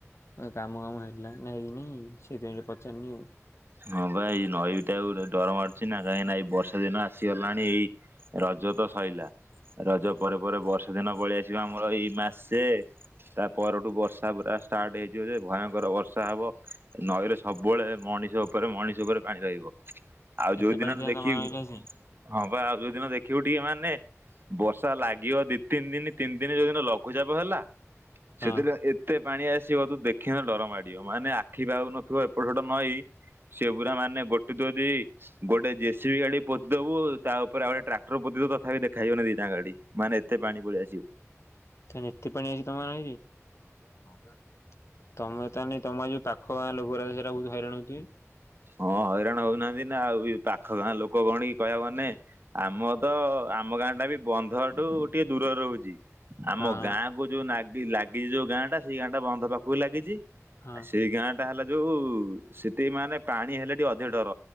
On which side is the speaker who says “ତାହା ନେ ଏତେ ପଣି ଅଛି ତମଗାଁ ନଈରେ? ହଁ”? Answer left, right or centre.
Left